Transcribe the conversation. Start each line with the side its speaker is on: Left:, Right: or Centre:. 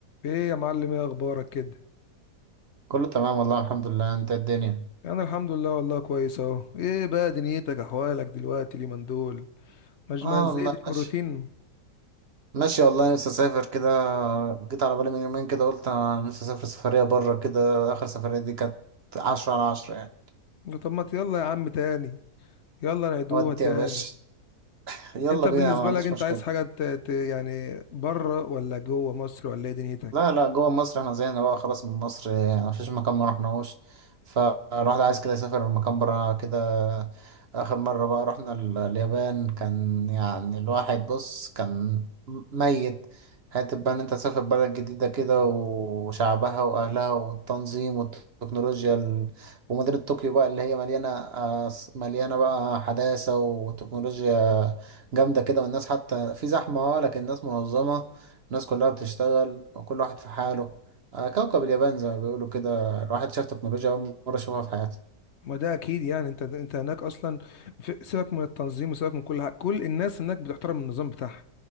Left: ايه يا معلم ايه اخبارك كده
Right: كله تمام والله الحمد لله انت إيه الدنيا
Left: انا الحمد لله والله كويس اهو ايه بقى دنيتك احوالك دلوقتي اليومين دول مش
Right: اه
Left: ما زهقتش
Right: والله ماشي
Left: من الروتين
Right: ماشي والله نفسي اسافر كده جيت على بالي من يومين كده قلت انا نفسي اسافر سفرية بره كده اخر سفرية دي كانت عشرة على عشرة يعني
Left: طب ما يلا يا عم تاني يلا نعيدوها
Right: ودي
Left: تاني
Right: يا باشا يلا
Left: انت بالنسبه
Right: بينا ما عنديش
Left: لك انت
Right: مشكلة
Left: عايز حاجه ت... ت... يعني بره ولا جوه مصر ولا ايه دنيتك
Right: لا لا جوه مصر احنا زينا بقى خلاص من مصر يعني مفيش مكان ما رحناهوش فالواحد عايز كده يسافر مكان برا كده اخر مرة بقى رحنا ال- اليابان كان يعني الواحد بص كان ميت حتى بقى ان انت تسافر بلد جديدة كده وشعبها واهلها والتنظيم والتكنولوجيا ال... ومدينة طوكيو بقى اللي هي مليانة آه، مليانة بقى حداثة وتكنولوجيا جامدة كده والناس حتى في زحمة اه لكن الناس منظمة الناس كلها بتشتغل وكل واحد في حاله آه، كوكب اليابان زي ما بيقولوا كده الواحد شاف تكنولوجيا أول مرة يشوفها في حياته
Left: ما ده اكيد يعني انت انت هناك اصلا في- سيبك من التنظيم وسيبك من كل حاجه كل الناس هناك بتحترم النظام بتاعها